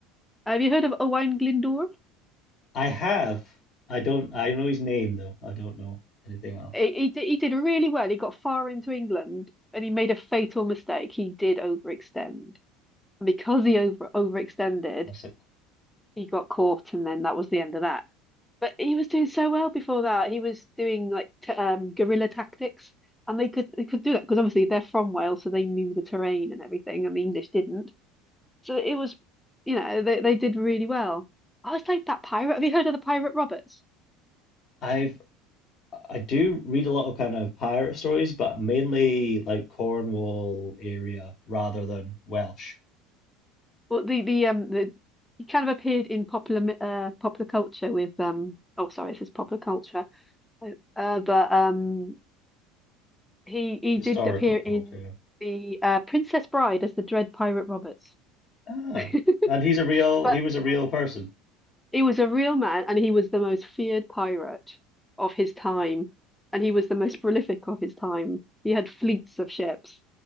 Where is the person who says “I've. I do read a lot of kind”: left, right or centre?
Left